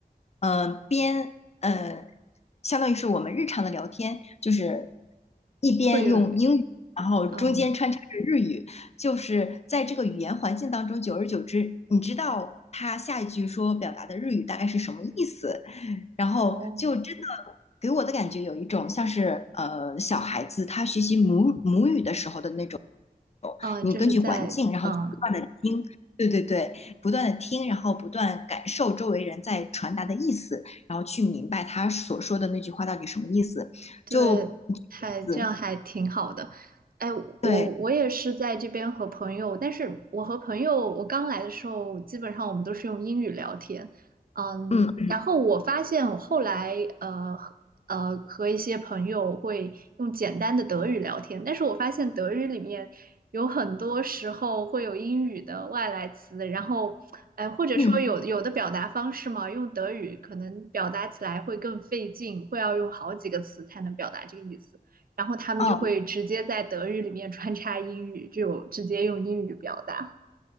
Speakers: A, on the left; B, on the right.
A: 嗯、呃边呃，相当于是我们日常的聊天，就是一边用英语，
B: 会有
A: 然后中间穿插着日语，
B: 嗯、呃
A: 就是在这个语言环境当中，久而久之，你知道。他下一句说表达的日语大概是什么意思，然后就真的给我的感觉有一种像是呃小孩子他学习母母语的时候的那种
B: 哦，嗯、
A: 你根据环境，
B: 就是在，
A: 然后不断的听，
B: 嗯、
A: 对对对，不断的听，然后不断感受周围人在传达的意思，然后去明白他所说的那句话到底什么意思，
B: 对，
A: 就意思，
B: 还这样还挺好的。哎，我我也是在这边和朋友，
A: 对，
B: 但是我和朋友，我刚来的时候，基本上我们都是用英语聊天。嗯，
A: 嗯
B: 然后我发现我后来呃和呃和一些朋友会用简单的德语聊天，但是我发现德语里面有很多时候会有英语的外来词，然后，哎、或者说有有的表达方式嘛，
A: 嗯。
B: 用德语可能表达起来会更费劲，会要用好几个词才能表达这个意思，然后他们就会直接在德语里面穿插英语，
A: 哦。
B: 就直接用英语表达。